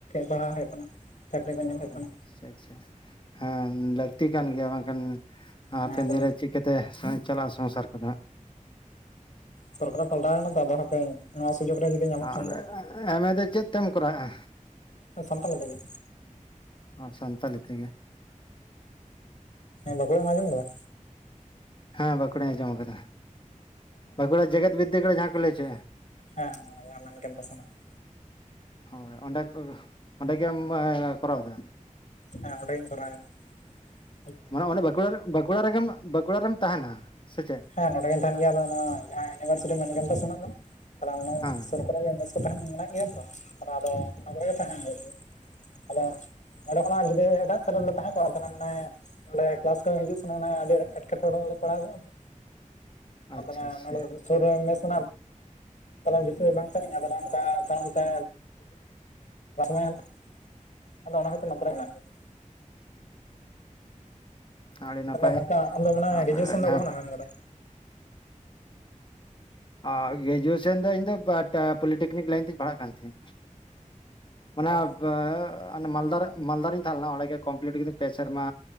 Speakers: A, on the left; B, on the left.
A: ᱯᱟᱲᱦᱟᱣ ᱦᱩᱭᱩᱜ ᱠᱟᱱᱟ ᱪᱟᱹᱠᱨᱤ ᱠᱚ ᱧᱮᱞ ᱦᱩᱭᱩᱜ ᱠᱟᱱᱟ
B: ᱟᱪᱪᱷᱟ ᱟᱪᱪᱷᱟ ᱦᱮᱸ ᱞᱟᱹᱠᱛᱤ ᱠᱟᱱ ᱜᱮᱭᱟ ᱵᱟᱝᱠᱷᱟᱱ ᱦᱟᱯᱮᱱ
A: ᱦᱮᱸ ᱟᱫᱚ
B: ᱫᱤᱱᱨᱮ ᱪᱤᱠᱟᱹᱛᱮ ᱪᱟᱞᱟᱜᱼᱟ ᱥᱚᱝᱥᱟᱨ ᱠᱚᱫᱚ ᱦᱟᱸᱜ
A: ᱥᱚᱨᱠᱟᱨ ᱮ ᱯᱟᱞᱴᱟᱣ ᱠᱟᱱᱟ ᱛᱚ ᱟᱫᱚ ᱦᱟᱯᱤᱧ ᱱᱚᱣᱟ ᱥᱩᱡᱳᱜᱽ ᱨᱮ ᱡᱩᱫᱤ ᱧᱟᱢᱚᱜ
B: ᱟᱨ
A: ᱠᱷᱟᱱ ᱫᱚ
B: ᱮᱢᱮ ᱫᱚ ᱪᱮᱫ ᱛᱮᱢ ᱠᱚᱨᱟᱜᱼᱟ
A: ᱥᱟᱱᱛᱟᱞᱤ ᱛᱮ ᱜᱮ
B: ᱚ ᱥᱟᱱᱛᱟᱞᱤ ᱛᱮᱜᱮ
A: ᱵᱟᱸᱠᱩᱲᱟ ᱮᱢ ᱟᱸᱡᱚᱢ ᱟᱠᱟᱫᱟ
B: ᱦᱮᱸ ᱵᱟᱸᱠᱩᱲᱟᱧ ᱟᱸᱡᱚᱢ ᱟᱠᱟᱫᱟ ᱵᱟᱸᱠᱩᱲᱟ ᱡᱮᱜᱮᱛ ᱵᱤᱫᱽᱫᱟᱹᱜᱟᱲ ᱡᱟᱦᱟᱸ ᱠᱚ ᱞᱟᱹᱭ ᱪᱚᱭᱫᱟ
A: ᱦᱮᱸ ᱚᱱᱟ ᱡᱟᱦᱟᱸ ᱢᱮᱱ ᱠᱮᱢᱯᱟᱥ ᱢᱮᱱᱟᱜ ᱫᱚ
B: ᱦᱳᱭ ᱚᱸᱰᱮ ᱚᱸᱰᱮ ᱜᱮᱢ ᱠᱚᱨᱟᱣᱮᱫᱟ
A: ᱦᱮᱸ ᱚᱱᱰᱮ ᱜᱤᱧ ᱠᱚᱨᱟᱣ ᱠᱮᱫᱟ
B: ᱢᱟᱱᱮ ᱚᱱᱮ ᱵᱟᱸᱠᱩᱲᱟ ᱵᱟᱸᱠᱩᱲᱟ ᱨᱮᱜᱮ ᱵᱟᱸᱠᱩᱲᱟ ᱨᱮᱢ ᱛᱟᱦᱮᱱᱟ ᱥᱮ ᱪᱮᱫ
A: ᱦᱮᱸ ᱱᱚᱸᱰᱮ ᱜᱤᱧ ᱛᱟᱦᱮᱱ ᱜᱮᱭᱟ ᱟᱫᱚ ᱡᱟᱦᱟᱸ ᱤᱭᱩᱱᱤᱵᱷᱟᱨᱥᱤᱴᱤ ᱢᱮᱱ ᱠᱮᱢᱯ ᱥᱮᱱᱟᱜ ᱫᱚ ᱛᱟᱦᱮ ᱚᱱᱟ
B: ᱦᱮᱸ
A: ᱥᱩᱨ ᱠᱚᱨᱮ ᱜᱮ ᱢᱮᱥ ᱛᱟᱦᱮᱱ ᱢᱮᱱᱟᱜ ᱜᱮᱭᱟ ᱛᱚ ᱛᱟᱦᱚᱞᱮ ᱟᱫᱚ ᱚᱱᱟᱠᱚᱨᱮ ᱛᱟᱦᱮᱱ ᱦᱩᱭᱩᱜ ᱜᱮ ᱟᱫᱚ ᱱᱚᱸᱰᱮ ᱠᱷᱚᱱᱟᱜ ᱡᱩᱫᱤ ᱮᱴᱟᱜ ᱥᱮᱫ ᱨᱮᱞᱮ ᱛᱟᱦᱮᱸ ᱠᱚᱜᱼᱟ ᱛᱟᱦᱚᱞᱮ ᱢᱟᱱᱮ ᱱᱚᱸᱰᱮ ᱠᱞᱟᱥ ᱠᱚ ᱦᱤᱡᱩᱜ ᱥᱮᱱᱚᱜᱮ ᱟᱞᱮ ᱮᱴᱠᱮᱴᱚᱬᱮ ᱨᱮᱞᱮ ᱯᱟᱲᱟᱣ ᱠᱚᱜᱼᱟ ᱛᱚ
B: ᱟᱪᱪᱷᱟ
A: ᱟᱫᱚ
B: ᱟᱪᱪᱷᱟ
A: ᱱᱚ ᱥᱩᱨᱮ ᱢᱮᱥᱱᱟ ᱛᱟᱦᱚᱞᱮ ᱵᱮᱥᱤ ᱵᱟᱝ ᱥᱟᱹᱜᱤᱧᱟ ᱛᱟᱦᱮ ᱚᱱᱠᱟ ᱛᱟᱭᱚᱢ ᱛᱮ <unintelligible> ᱟᱫᱚ ᱚᱱᱟ ᱠᱷᱟᱹᱛᱤᱨ ᱱᱛᱮᱨᱮ ᱢᱮᱱᱟᱜ ᱛᱟᱭᱤᱭᱟ
B: ᱟᱹᱰᱤ
A: ᱛᱟᱦᱞᱮ
B: ᱱᱟᱯᱟᱭ
A: ᱱᱚᱝᱠᱟ ᱟᱢ ᱫᱚ ᱢᱟᱱᱮ
B: ᱟᱨ
A: ᱜᱨᱮᱡᱩᱭᱮᱥᱚᱱ ᱫᱚ
B: ᱡᱟᱦᱟᱸ
A: ᱚᱠᱟ ᱠᱷᱚᱱᱮᱢ ᱮᱢ ᱠᱟᱫᱟ <unintelligible>
B: ᱚ ᱜᱨᱮᱡᱩᱭᱮᱥᱚᱱ ᱫᱚ ᱤᱧ ᱫᱚ ᱵᱟᱢ ᱯᱚᱞᱤᱴᱮᱠᱱᱤᱠ ᱞᱟᱭᱤᱱ ᱛᱤᱧ ᱯᱟᱲᱦᱟᱜ ᱠᱟᱱ ᱛᱟᱦᱮᱸᱱ ᱢᱟᱱᱮ
A: ᱚ
B: <unintelligible> ᱢᱟᱞᱫᱟ ᱢᱟᱞᱫᱟᱟᱨᱤᱧ ᱛᱟᱦᱮᱸ ᱞᱮᱱᱟ ᱚᱸᱰᱮ ᱜᱮ ᱠᱚᱢᱯᱞᱤᱤᱴ ᱠᱤᱫᱟᱹᱧ ᱯᱮ ᱥᱮᱨᱢᱟ